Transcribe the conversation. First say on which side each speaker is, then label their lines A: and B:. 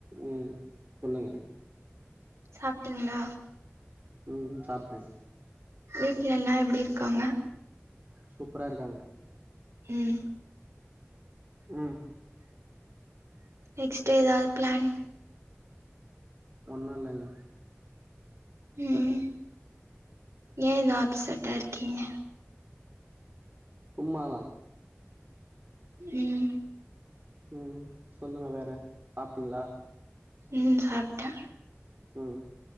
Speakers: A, on the right; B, on the right.
A: ம் சொல்லுங்க
B: சாப்ட்டீங்களா
A: ம் சாப்ட்டே
B: வீட்ல எல்லா எப்டி இருக்காங்க
A: சூப்ரா இருக்காங்க
B: ம்
A: ம்
B: நெக்ஸ்ட் ஏதாது ப்ளன்
A: ஒன்னு இல்லங்க
B: ம் ஏ எதோ அப்சட்டா இருக்கீங்க
A: சும்மா தா
B: ம்
A: ம் சொல்லுங்க வேற சாப்ட்டீங்களா
B: ம் சாப்ட்டே
A: ம்